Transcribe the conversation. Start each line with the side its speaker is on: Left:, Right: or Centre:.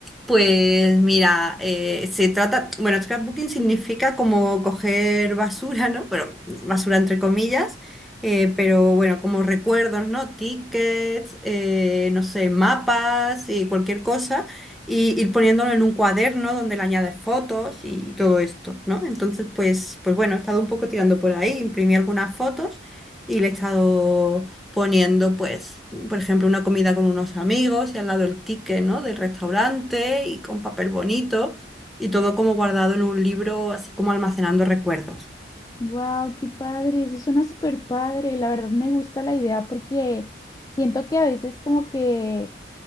Centre: Pues mira, eh, se trata, bueno, scrapbooking significa como coger basura, ¿no? Pero basura entre comillas, eh, pero bueno, como recuerdos, ¿no? Tickets, eh, no sé, mapas y cualquier cosa, y ir poniéndolo en un cuaderno donde le añades fotos y todo esto, ¿no? Entonces, pues, pues bueno, he estado un poco tirando por ahí, imprimí algunas fotos y le he estado poniendo, pues, por ejemplo, una comida con unos amigos y al lado el ticket, ¿no? del restaurante y con papel bonito y todo como guardado en un libro, así como almacenando recuerdos.
Left: Wow, qué padre, eso suena súper padre. La verdad me gusta la idea porque siento que a veces como que